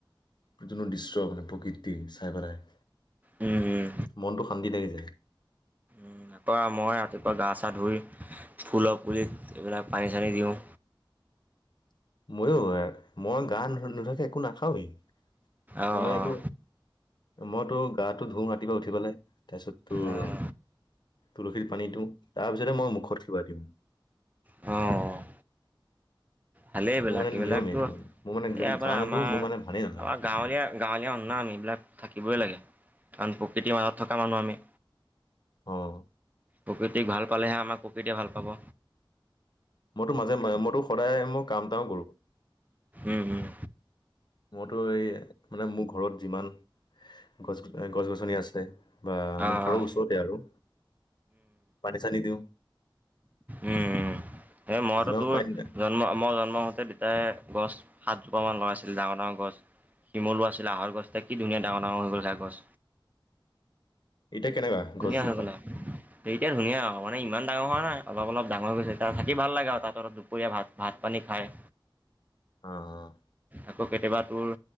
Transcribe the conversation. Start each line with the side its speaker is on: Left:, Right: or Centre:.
Left: সেইটো নো দৃশ্য, মানে প্ৰকৃতি চাই পেলাই।
Right: উম-উম
Left: মনটো শান্তি লাগি যায়।
Right: উম আকৌ মই ৰাতিপুৱা গা চা ধুই ফুলৰ পুলি এইবিলাক পানী চানী দিওঁ।
Left: উ <inaudible> মইয়ো মই গা নু-নুধোৱাকে একো নাখাওঁৱেই
Right: অঁ
Left: মোৰ মানে এইটো মইতো গাটো ধুও ৰাতিপুৱা উঠি পালাই তাৰপিছত তোৰ
Right: অঁ
Left: তুলসী পানী দিওঁ তাৰপিছতহে মই মুখত কিবা দিওঁ।
Right: অঁ! ভালে এইবিলাক-এইবিলাটো
Left: মোৰ মানে নিয়ম এইটো
Right: ইয়াৰ
Left: মোৰ মানে যদি গা
Right: পৰা
Left: নোধো
Right: আমাৰ-আমাৰ
Left: মোৰ মানে ভালেই নালাগে
Right: গাঁৱলীয়া-গাঁৱলীয়া মানুহ ন এইবিলাক থাকিবই লাগে। কাৰণ প্ৰকৃতিৰ মাজত থকা মানুহ আমি
Left: অঁ!
Right: প্ৰকৃতিক ভাল পালেহে আমাৰ প্ৰকৃতিয়ে ভাল পাব।
Left: মইতো মাজে মইতো সদায় মই কাম-চামও কৰোঁ।
Right: উম হম
Left: মইতো এই মানে মোৰ ঘৰত যিমান গছ-গছ-গছনি আছে। বা
Right: অঁ
Left: মোৰ ঘৰৰ
Right: অঁ
Left: ওচৰতে আৰু পানী চানী দিওঁ
Right: উম-উম সেই মইতো
Left: যিমান
Right: তোৰ
Left: পানী
Right: জন্ম মই জন্ম হ‌ওতে পিতাইয়ে গছ সাতজোপা মান লগাইছিল ডাঙৰ-ডাঙৰ গছ। শিমলু আছিল, আঁহত গছ এতিয়া কি ধুনীয়া ডাঙৰ-ডাঙৰ হৈ গল চা গছ।
Left: এতিয়া কেনেকুৱা
Right: ধুনীয়া
Left: গছজোপা
Right: হৈ গলা, এতিয়া ধুনীয়া আও মানে ইমান ডাঙৰ হোৱা নাই অলপ-অলপ ডাঙৰ গৈছে তাৰ থাকি ভাল লাগে আৰু তাত অলপ দুপৰীয়া ভাত ভাত পানী খাই।
Left: অঁ-অঁ
Right: আকৌ কেতিয়াবা তোৰ